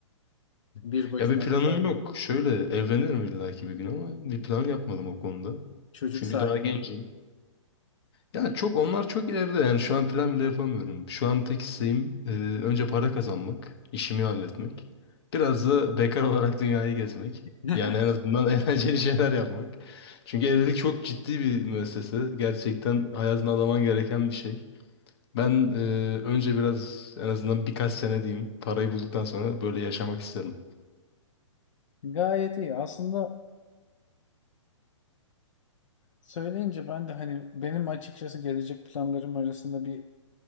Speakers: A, on the left; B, on the left.
A: bir başıma
B: Ya bir planım
A: daha
B: yok. Şöyle evlenirim illaki bir gün ama bir plan yapmadım o konuda.
A: çocuk
B: Çünkü
A: sahibi.
B: daha gencim. Ya çok onlar çok ileride yani şu an plan bile yapamıyorum. Şu an tek isteğim e, önce para kazanmak, işimi halletmek. Biraz da bekar olarak dünyayı gezmek.
A: <laughs>
B: Yani en azından <laughs> eğlenceli şeyler yapmak. Çünkü evlilik çok ciddi bir müessese. Gerçekten hayatını adaman gereken bir şey. Ben e, önce biraz en azından birkaç sene diyeyim parayı bulduktan sonra böyle yaşamak isterim.
A: Gayet iyi. Aslında söyleyince ben de hani benim açıkçası gelecek planlarım arasında bir